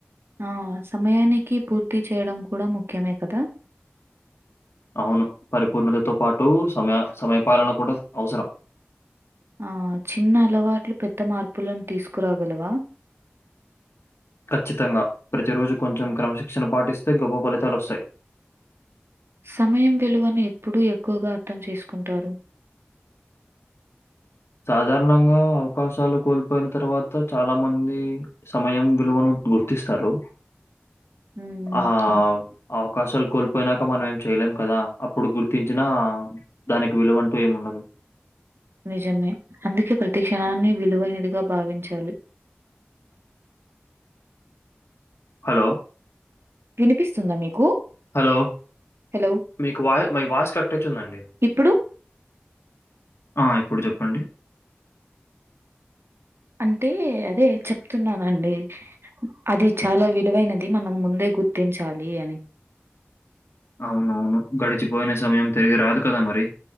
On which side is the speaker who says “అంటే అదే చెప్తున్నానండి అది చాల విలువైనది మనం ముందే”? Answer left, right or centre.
Right